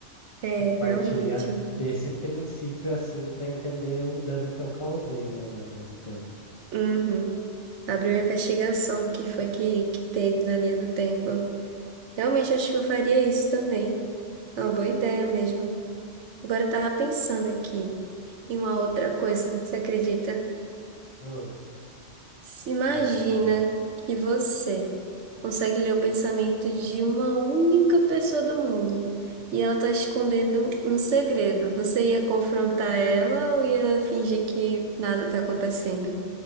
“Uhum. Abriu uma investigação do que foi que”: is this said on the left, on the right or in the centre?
Right